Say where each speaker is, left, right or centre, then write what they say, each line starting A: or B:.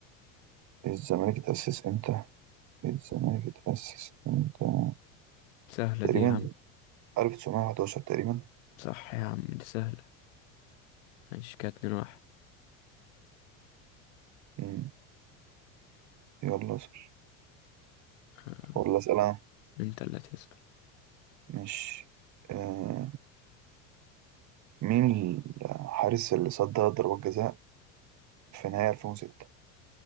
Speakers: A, on the right (about 45°); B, on the left (about 80°).
A: الزمالك اتأسس امتى الزمالك اتأسس امتى
B: سهلة
A: تقريبا
B: دي يا عم
A: 1911 تقريبا
B: صح يا عم دي سهلة ماشي كده اتنين واحد
A: مم. يلا اسأل
B: آه،
A: ولا اسأل انا
B: انت اللي هتسأل
A: ماشي آه، مين الحارس اللي صد ثلاث ضربات جزاء في نهاية 2006